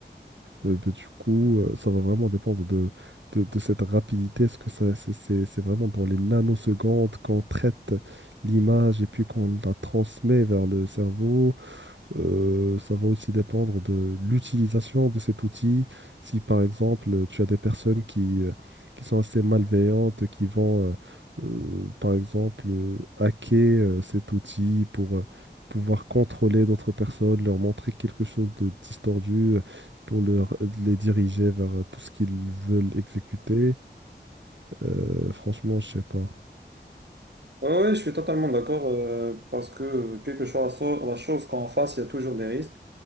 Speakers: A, on the right; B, on the right.
A: Euh, bah, du coup, euh, ça va vraiment dépendre de, de, de cette rapidité. Est-ce que ça, c'est c'est- c'est vraiment dans les nanosecondes qu'on traite l'image et puis qu'on la transmet vers le cerveau? Euh, ça va aussi dépendre de l'utilisation de cet outil. Si par exemple tu as des personnes qui, euh, qui sont assez malveillantes, qui vont euh, euh, par exemple euh, hacker euh, cet outil pour euh, pouvoir contrôler d'autres personnes, leur montrer quelque chose de distordu euh, pour leur, les diriger vers euh, tout ce qu'ils veulent exécuter, euh, franchement, je sais pas.
B: Oui, je suis totalement d'accord euh, parce que euh, quelque chose, la chose qu'on fasse, il y a toujours des risques.